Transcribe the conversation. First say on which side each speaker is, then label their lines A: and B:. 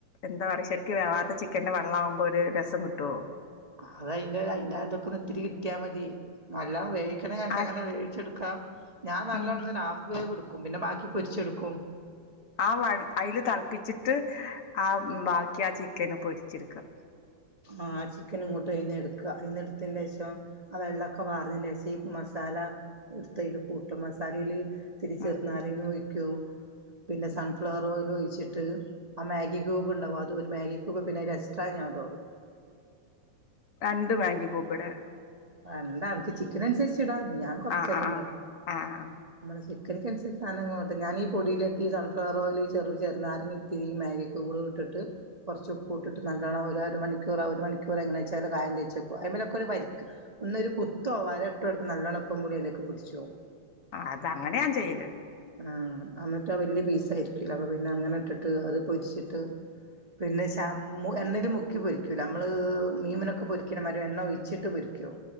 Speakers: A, on the left (about 55°); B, on the right (about 60°).
A: എന്താ പറയാ ശരിക്കും വേവാത്ത ചിക്കന്റെ വെള്ളം ആവുമ്പോ ഒരു രസം കിട്ടുവോ
B: അത അതിന്റെ അതിന്റെ അതൊക്കെ ഇതിരി കിട്ടിയാ മതി നല്ല ചിക്കൻ അതക്ക്ങ്ങനെ
A: ആഹ്
B: വേവിച്ചെടുക്കാം ഞാൻ നല്ലോണം
A: ഉം
B: ഒരു ഹാഫ് വേവ് എടുക്കും പിന്നെ ബാക്കി പൊരിച്ചെടുക്കും
A: ആ വെ അതിൽ തിളപ്പിച്ചിട്ട് ആഹ് ബാക്കി ആ ചിക്കന് പൊരിച്ചെടുക്കുക
B: ആഹ് ചിക്കൻ ഇങ്ങോട്ട് അയിന്ന് എടുക്കുക അയിന്ന എടുത്തിന്റെ ശേഷം ആഹ് വെള്ളമൊക്കെ വാറിയെന ശേഷം ഈ മസാല എടുത്തതില് കൂട്ടും മസാലയില് ഇത്തിരി ചെറുനാരങ്ങ
A: ഉം
B: ഒഴിക്കോ പിന്നെ സൺഫ്ലവർ ഓയിൽ ഒഴിച്ചിട്ട് ആഹ് മാഗി ക്യൂബ്ണ്ടാവും അത് ഒരു മാഗി ക്യൂബ് പിന്നെ അയിൻ്റെഎസ്ട്രാ ഞാൻ ഇടോള്ളൂ
A: രണ്ട് മാഗി കൂബ്ടെ
B: രണ്ടാൾക്ക് ചിക്കൻ അനുസരിച്ച് ഇടാ ഞാൻ കൊറച്ചല്ലെ
A: ആഹ്
B: ഇണ്ടാക്കു
A: ആഹ് ആഹ്
B: നമ്മള് ചിക്കൻക്ക് അനുസരിച്ച് സധനങ്ങളാട്ടാ ഞാൻ ഈ പൊടിയിലേക്ക് ഈ സൺഫ്ലവർ ഓയിൽ ചെറു ചെറുനാരങ്ങയും പിന്നെ ഈ മാഗി ക്യൂബുകളും ഇട്ടിട്ട് കൊറച്ച് ഉപ്പു ഇട്ടിട്ട് നല്ലോണം ഒരു അര മണിക്കൂർ ആഹ് ഒരു മണിക്കൂറ് എങ്ങനെച്ചാലും കായം തേച് ച്ചെക്കു അയിമിലേക്ക് ഒരു വരക്ക് ഒന്നൊരു കുത്തോ വര ഇട്ടോട്ത്ത് നല്ലണ്ണം ഉപ്പു പുളിയൊക്കെ അയിമിലേക്ക് പിടിച്ചോവും
A: ആഹ് അത് അങ്ങനെ ഞാൻ ചെയ്യല്ണ്ട്
B: ആഹ് അന്നിട്ട് വല്യ പീസായിരിക്കൂല്ലെ അപ്പ പിന്നെ അങ്ങനെ ഇട്ടിട്ട് അത് പൊരിച്ചിട്ട് പിന്നെ <unintelligible> എണ്ണേല് മുക്കി പൊരിക്കൂലാ നമ്മള് മീമിനൊക്കെ പൊരി ക്കണമാരി എണ്ണ ഒഴിച്ചിട്ട് പെരിക്കോ